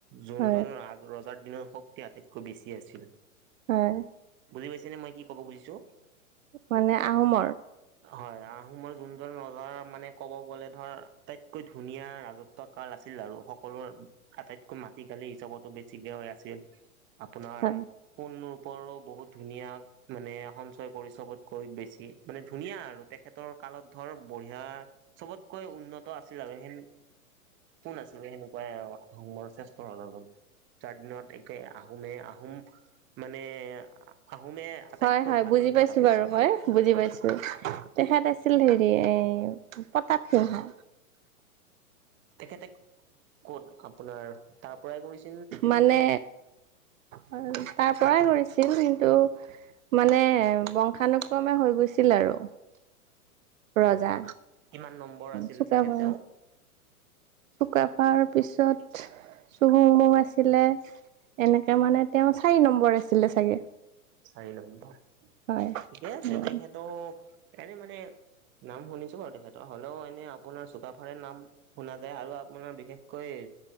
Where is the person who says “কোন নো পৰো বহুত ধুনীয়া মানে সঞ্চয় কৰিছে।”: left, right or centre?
Right